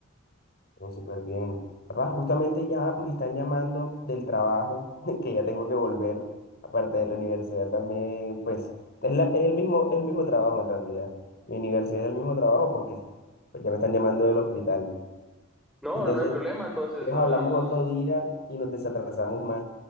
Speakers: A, on the left (about 50°); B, in the centre.
A: Todo súper bien. Papá, justamente ya me están llamando del trabajo, <laughs> que ya tengo que volver. Aparte de la universidad también, pues, es, la- es el mismo, es el mismo trabajo en realidad. Mi universidad es el mismo trabajo porque pues, ya me están llamando del hospital.
B: No,
A: Entonces,
B: no hay problema, entonces
A: si quieres,
B: hablamos,
A: hablamos otro día y nos desatrasamos más.